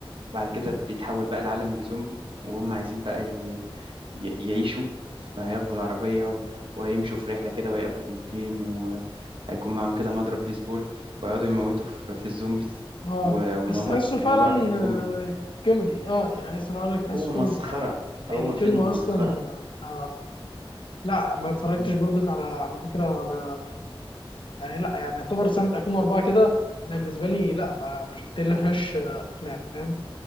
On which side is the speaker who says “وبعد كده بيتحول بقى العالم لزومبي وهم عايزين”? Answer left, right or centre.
Right